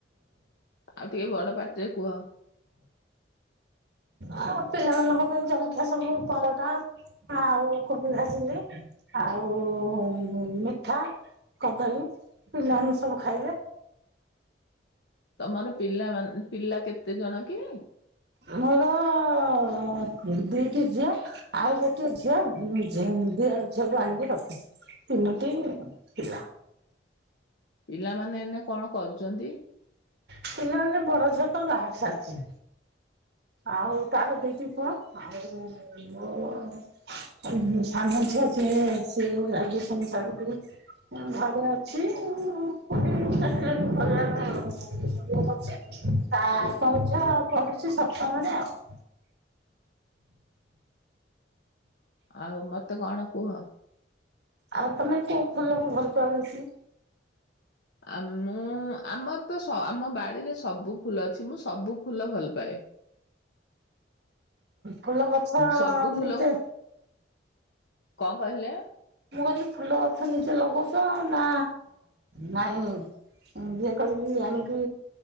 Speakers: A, on the left; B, on the right.
A: ଆଉ ଟିକେ ବଡ ପାଟିରେ କୁହ।
B: ଆଉ ପିଲାମାନଙ୍କ ପାଇଁ ଜଲଖିଆ ସବୁ ପରଟା ଆଉ କୋବି ଭାଜିଲି। ଆଉ ମିଠା, କଦଳୀ ପିଲାମାନେ ସବୁ ଖାଇବେ।
A: ତମର ପିଲା ମାନେ ପିଲା କେତେ ଜଣ କି?
B: ଆମର ର ଦି ଟି ଝିଅ। ଆଉ ଗୋଟିଏ ଝିଅ - ଝି ଦିଅର ଝିଅ କୁ ଆଣିକି ରଖିଛି। ତିନୋଟି ପିଲା।
A: ପିଲାମାନେ ଏନେ କଣ କରୁଚନ୍ତି?
B: ପିଲାମାନେ ବଡ ଝିଅ ତ ବାହା ହେଇସାରିଛି। ଆଉ ତାର ଦି ଟି ପୁଅ ଆଉ ମୋର ସାନ ଝିଅ ଯିଏ ସିଏ ଗ୍ରାଜୁଏସନ ସାରିକିରି ଘରେ ଅଛି <inaudible> <unintelligible> ତା ଝିଅ ପଢୁଛି। ସପ୍ତମ ରେ ଆଉ।
A: ଆଉ ମତେ କଣ କୁହ?
B: ଆଉ ତମେ କୋଉ ଫୁଲକୁ ଭଲ ବେଶି?
A: ଆ ମୁଁ ଆମର ତ ଆମ ବାଡିରେ ସବୁ ଫୁଲ ଅଛି ମୁଁ ସବୁ ଫୁଲ ଭଲ ପାଏ।
B: ଫୁଲ ଗଛ
A: ସବୁ ଫୁଲକୁ
B: ନିଜେ
A: କଣ କହିଲେ?
B: ମୁଁ କହିଲି ଫୁଲ ଗଛ ନିଜେ ଲଗଉଛ ନା ନାଇଁ ଇଏ କରିକି ଆଣିକି